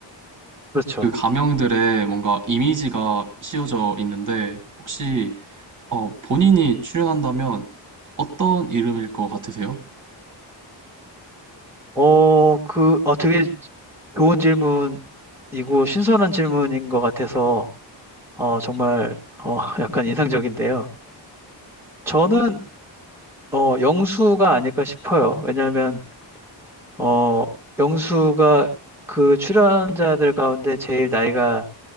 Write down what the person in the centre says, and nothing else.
그렇죠.
어, 그, 어, 되게 좋은 질문이고 신선한 질문인 것 같아서, 어, 정말, 어, <laughs> 약간 인상적인데요. 저는, 어, 영수가 아닐까 싶어요. 왜냐하면, 어, 영수가 그 출연자들 가운데 제일 나이가